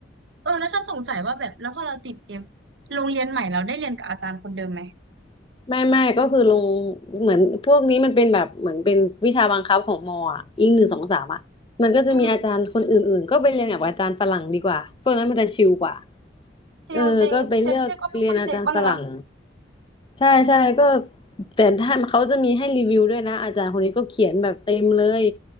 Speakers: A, on the right (about 75°); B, on the left (about 25°).
A: เออ แล้วฉันสงสัยว่าแบบแล้วพอเราติดเกมโรงเรียนใหม่เราได้เรียนกับอาจารย์คนเดิมไหม
B: ไม่ไม่ก็คือลงเหมือนพวกนี้มันเป็นแบบเหมือนเป็นวิชาบังคับของมออ่ะอิงหนึ่งสองสามอ่ะมันก็จะมีอาจารย์คนอื่นๆก็ไปเรียนกับอาจารย์ฝรั่งดีกว่าพวกนั้นมันจะชิลกว่า
A: อืมคิวจริงเช็คชื่อก็ไม่ค่อยเช็คบ้างเนาะ
B: เออก็ไปเลือกเรียนอาจารย์ฝรั่งใช่ใช่ก็แต่ถ้าเขาจะมีให้รีวิวด้วยนะอาจารย์คนนี้ก็เขียนแบบเต็มเลย